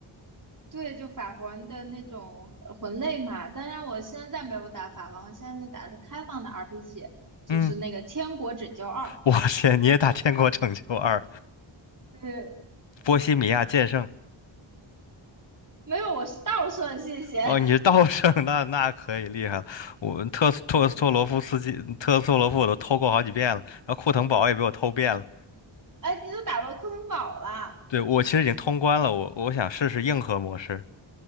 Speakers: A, on the right; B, on the left.
A: 对，就法环的那种呃魂类嘛。当然，我现在没有打法环，我现在打的是开放的 RPG，就是那个《天国拯救二》。
B: 嗯，我天，你也打《天国拯救二》
A: 对，
B: 《波西米亚剑圣》
A: 没有，我是倒顺，谢谢。<laughs>
B: 哦，你是道圣，<laughs> 那那可以厉害了。我特斯托斯托罗夫斯基、特斯托罗夫我都偷过好几遍了，然后库腾堡也被我偷遍了。
A: 哎，你都打到库腾堡了？
B: 对，我其实已经通关了，我我想试试硬核模式。